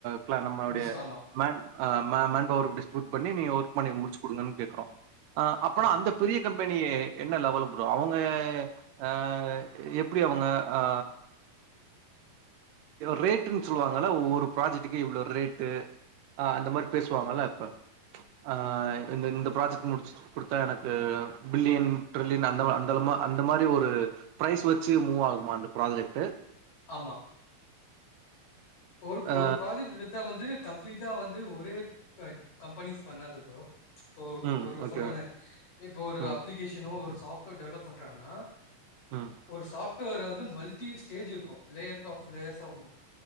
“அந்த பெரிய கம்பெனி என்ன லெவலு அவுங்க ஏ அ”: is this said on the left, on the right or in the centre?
Right